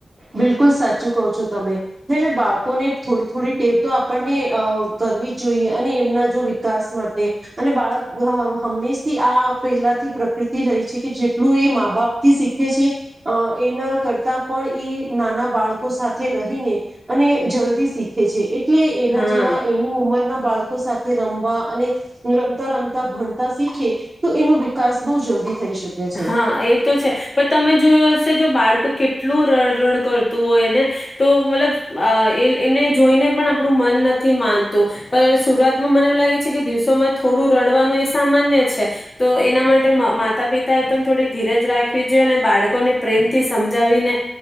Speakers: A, on the right; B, on the left.
A: બિલકુલ સાચું કહો છો તમે. જેને બાળકોને થોડી થોડી ટેવ તો આપણને અ કરવી જ જોઈએ અને એમના જો વિકાસ માટે અને બાળક હંમેશથી આ પહેલાથી પ્રકૃતિ રહી છે કે જેટલું એ મા બાપથી શીખે છે અ એના કરતા પણ એ નાના બાળકો સાથે રહીને અને જલ્દી શીખે છે. એટલે એના
B: હા
A: જેવા એની ઉંમરના બાળકો સાથે રમવા અને રમતા રમતા ભણતા શીખે તો એનો વિકાસ બહુ જલ્દી થઈ શકે છે
B: હા એ તો છે પણ તમે જોયું હશે જો બાળ કેટલું રડ રડ કરતું હોયને તો મતલબ એ એમને જોઈને પણ આપણું મન નથી માનતું પણ શુરઆતમાં મને એવું લાગે છે કે દિવસોમાં થોડું રડવાનું એ સામાન્ય છે તો એના માટે માતા પિ તા એ પણ થોડી ધીરજ રાખવી જોઈએ અને બાળકોને પ્રેમથી સમજાવીને